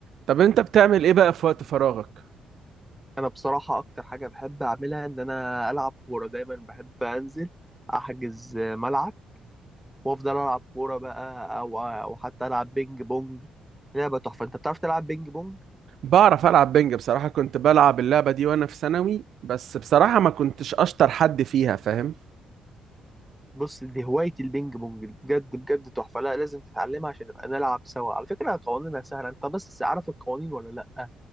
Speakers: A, on the right (about 65°); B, in the centre.
A: طب انت بتعمل ايه بقى في وقت فراغك
B: انا بصراحه اكتر حاجه بحب اعملها ان انا العب كوره دايما بحب انزل احجز ملعب وافضل العب كوره بقى او او حتى العب بينج بونج لعبه تحفه انت بتعرف تلعب بينج بونج
A: بعرف العب بنج بصراحة كنت بلعب اللعبة دي وانا في ثانوي بس بصراحة ما كنتش اشطر حد فيها فاهم
B: بص دي هوايه البينج بونج دي بجد بجد تحفه لا لازم تتعلمها عشان نبقى نلعب سوا على فكره قوانينها سهله انت بس عارف القوانين ولا لا